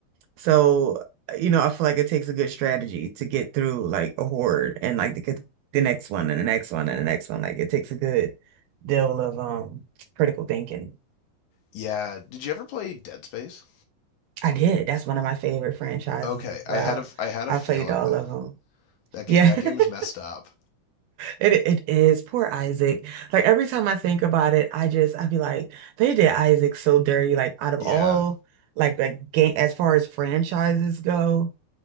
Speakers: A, on the right (about 80°); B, on the left (about 75°).
A: so uh, you know I feel like it takes a good strategy to get through like a horde and like the the next one and the next one and the next one. Like it takes a good deal of um critical thinking.
B: Yeah. Did you ever play Dead Space?
A: I did. That's one of my favorite franchises
B: Okay,
A: as well.
B: I had a I had
A: I
B: a feeling
A: played all
B: that
A: of them.
B: that
A: Yeah.
B: ga- that
A: <laughs>
B: game is messed up.
A: It it is poor Isaac. Like every time I think about it, I just i be like, they did Isaac so dirty. Like out of
B: Yeah.
A: all like like game as far as franchises go,